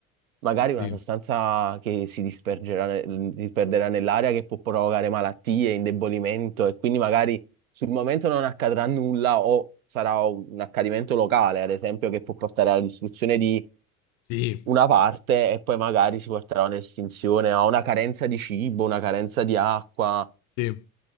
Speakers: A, on the right; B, on the left.
A: magari una
B: sì.
A: sostanza che si dispergerà, ne- disperderà nell'aria che può provocare malattie, indebolimento e quindi magari sul momento non accadrà nulla o sarà un accadimento locale, ad esempio, che può portare alla distruzione di
B: Sì,
A: una parte e poi magari si porterà a un'estinzione, a una carenza di cibo, una carenza di acqua.
B: sì.